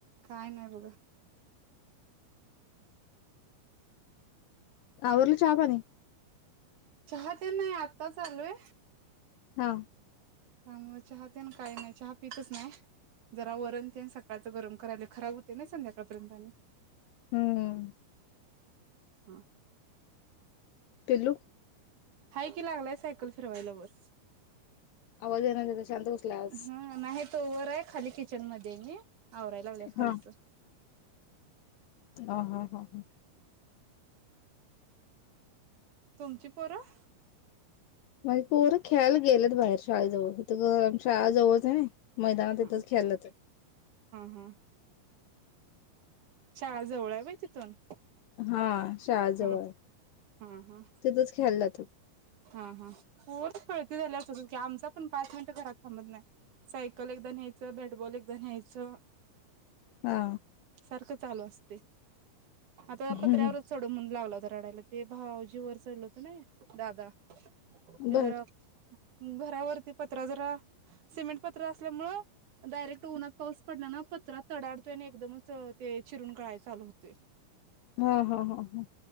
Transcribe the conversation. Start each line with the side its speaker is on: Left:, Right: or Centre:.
Right: काय नाय बघा.
Left: आवरलं चहापाणी?
Right: चहा काय नाय, आत्ताच आलोय.
Left: हां.
Right: त्यामुळे चहा तेन काय नाय, चहा पितंच नाय. जरा वरण तेन सकाळच गरम करायलोय, खराब हुतय ना संध्याकाळपर्यंत आणि.
Left: हम्म.
Right: हां.
Left: पिल्लू
Right: हाय की, लागलाय सायकल फिरवायला वर.
Left: आवाज येना त्याचा. शांंत बसलाय आज.
Right: हा नाही तो वर आहे, खाली किचनमध्ये आहे मी. आवराय लागल्या खालचं.
Left: हा हा हा हा
Right: तुमची पोरं?
Left: माझी पोरं खेळायला गेलेत बाहेर शाळेजवळ. इथं गम शाळा जवळच हाय नाय. मैदानाव
Right: हा
Left: तिथंच खेळायला जात्यात.
Right: हा शाळा जवळहाय व्हय तिथून?
Left: हा शाळा जवळ
Right: हा
Left: आहे,
Right: हा हा
Left: तिथंच खेळायला जात्यात.
Right: हा हा पोर तर कळती झाल्यावर तसंच की, आमचा पण पाच मिनट घरात थांबत नाय. सायकल एकदा न्यायचं, बॅटबॉल एकदा न्यायचं.
Left: हा.
Right: सारखं चालू असतंय. आता
Left: हा
Right: पत्र्यावरच चढव म्हणून लागला हो ता रडायला, ते भावजी वर चढलं होतं नाय. दादा ते
Left: बर
Right: जरा घरावरती पत्रा जरा सिमेंट पत्रा असल्यामुळं, डायरेक्ट उन्हात पाऊस पडला ना, पत्रा तडाडतोय आणि एकदमच ते चिरून गळाय चालू हुतोय.
Left: हा हा हा हा.